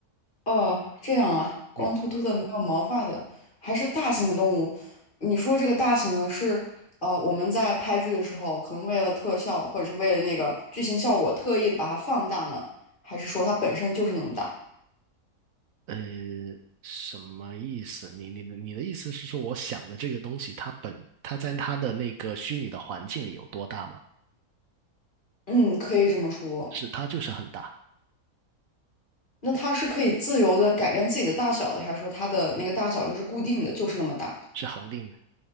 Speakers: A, on the left (about 35°); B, on the right (about 70°).
A: 哦，这样啊，光秃秃的没有毛发的，
B: 嗯，
A: 还是大型的动物。你说这个大型的是，呃，我们在拍剧的时候，可能为了特效或者是为了那个剧情效果，特意的把它放大呢，还是说它本身就是那么大？
B: 呃，什么意思？你你你的意思是说，我想的这个东西，它本它在它的那个虚拟的环境里有多大吗？
A: 嗯，可以这么说。
B: 是，它就是很大，
A: 那它是可以自由的改变自己的大小的，还是说它的那个大小就是固定的，就是那么大，
B: 是恒定的。